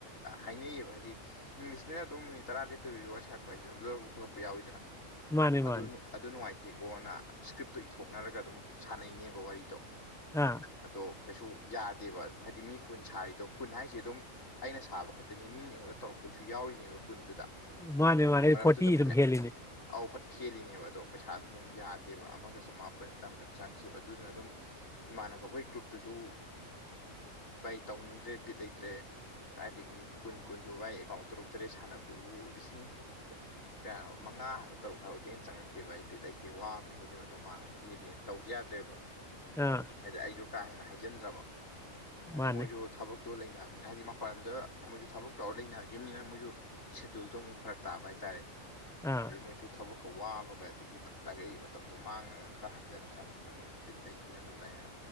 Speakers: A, on the left; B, in the centre.
A: ꯍꯥꯏꯅꯩꯌꯦꯕ ꯍꯥꯏꯗꯤ ꯏꯪꯂꯤꯁꯅꯤꯅ ꯑꯗꯨꯝ ꯇꯔꯥ ꯂꯦꯞꯇꯕꯤ ꯋꯥꯔꯤ ꯁꯥꯔꯛꯄ ꯍꯥꯏꯁꯦ ꯑꯗꯨꯝ ꯂꯠꯔꯛꯄ ꯈꯣꯠꯂꯛꯄ ꯌꯥꯎꯋꯤꯗꯅ
B: ꯃꯥꯅꯦ
A: ꯑꯗꯨ
B: ꯃꯥꯅꯦ
A: ꯑꯗꯨ ꯅꯨꯡꯉꯥꯏꯇꯦ ꯇꯦꯀꯣꯅ ꯏꯁꯀ꯭ꯔꯤꯞꯇꯣ ꯏꯊꯣꯛꯅꯔꯒ ꯑꯗꯨꯝ ꯁꯥꯟꯅꯩꯅꯦꯕ ꯋꯥꯔꯤꯗꯣ
B: ꯍꯣ
A: ꯑꯗꯣ ꯀꯩꯁꯨ ꯌꯥꯗꯦꯕ ꯍꯥꯏꯗꯤ ꯃꯤ ꯀꯨꯟ ꯁꯥꯔꯤꯗꯣ ꯀꯨꯟ ꯍꯥꯏꯁꯦ ꯑꯗꯨꯝ ꯑꯩꯅ ꯁꯥꯕ ꯈꯛꯇꯅꯤ ꯃꯤꯅ ꯑꯩꯉꯣꯟꯗ ꯇꯧꯔꯛ ꯈꯣꯏꯁꯨ ꯌꯥꯎꯔꯤꯅꯦꯕ ꯀꯨꯟꯗꯨꯗ
B: ꯃꯥꯅꯦ ꯃꯥꯅꯦ
A: ꯃꯔꯛꯇꯨꯗ
B: ꯐꯣꯔꯇꯤ ꯑꯗꯨꯝ
A: ꯐꯅꯦꯛ
B: ꯍꯦꯂꯤꯅꯤ
A: ꯑꯧ ꯐꯠ ꯍꯦꯜꯂꯤꯅꯦꯕ ꯑꯗꯣ ꯄꯩꯁꯥꯗꯨ ꯑꯗꯨꯝ ꯌꯥꯗꯦꯕ ꯒ ꯑꯃꯒ ꯆꯃꯥꯄꯟ ꯑꯗꯨꯋꯥꯢ ꯃꯨꯛꯇꯪ ꯆꯉꯈꯤꯕ ꯑꯗꯨꯗꯨꯅ ꯑꯗꯨꯝ ꯏꯃꯥꯟꯅꯕ ꯑꯩꯈꯣꯏ ꯒ꯭ꯔꯨꯞꯇꯨꯁꯨ ꯚꯥꯏ ꯇꯧꯅꯤꯡꯗ꯭ꯔꯦ ꯕꯤꯠ ꯂꯩꯇ꯭ꯔꯦ ꯀꯥꯏꯗꯒꯤ ꯀꯨꯟ ꯀꯨꯟꯗꯨ ꯋꯥꯏ ꯑꯦꯀꯥꯎꯟ ꯇꯔꯨꯛ ꯇꯔꯦꯠ ꯁꯥꯟꯅꯕ ꯑꯗꯨꯕꯨ ꯂꯤꯁꯤꯡ ꯀꯌꯥꯅꯣ ꯃꯉꯥ ꯍꯥꯏꯕ꯭ꯔ ꯇꯔꯨꯛ ꯍꯥꯏꯕ꯭ꯔ ꯑꯗꯨꯗꯩ ꯍꯦꯟꯅ ꯆꯪꯉꯛꯇꯦꯕ ꯑꯩ ꯕꯤꯠ ꯂꯩꯇꯦ ꯋꯥꯕꯅ ꯍꯦ ꯗꯤ ꯃꯇꯝ ꯃꯥꯡꯕꯅ ꯍꯦꯜꯂꯤ ꯇꯧꯁꯦ ꯌꯥꯗ꯭ꯔꯦꯕ
B: ꯑꯥ
A: ꯍꯥꯏꯗꯤ ꯑꯩꯁꯨ ꯀꯥ ꯍꯦꯟꯅ ꯍꯥꯏꯖꯤꯟꯗ꯭ꯔꯕ ꯑꯗꯩ
B: ꯃꯥꯅꯦ
A: ꯃꯣꯏꯁꯨ ꯊꯕꯛ ꯇꯣ ꯂꯩꯕꯅꯤꯅ ꯍꯥꯏꯗꯤ ꯃꯄꯥꯟ ꯂꯝꯗ ꯃꯣꯏꯁꯨ ꯊꯕꯛ ꯇꯧꯔ ꯂꯩꯅꯈꯤꯕꯅꯤꯅ ꯃꯣꯏꯁꯨ ꯁꯦꯗꯨꯜꯗꯣ ꯑꯃꯨꯛ ꯐꯔꯛ ꯇꯥꯕ ꯍꯥꯏꯇꯥꯔꯦ
B: ꯑꯥ
A: ꯑꯗꯩ ꯃꯣꯏꯁꯨ ꯊꯕꯛ ꯀꯋꯥꯕꯒ ꯑꯗꯒꯤ ꯇꯞ ꯇꯥꯒꯩ ꯃꯇꯝꯗꯣ ꯃꯥꯡꯉꯒ ꯈꯔ ꯍꯟꯊꯅ ꯆꯥꯉꯛꯄꯁꯤꯗ ꯃꯣꯏꯁꯦ ꯕꯤꯠ ꯂꯩꯇꯦꯅ ꯑꯗꯨꯃꯥꯏꯅ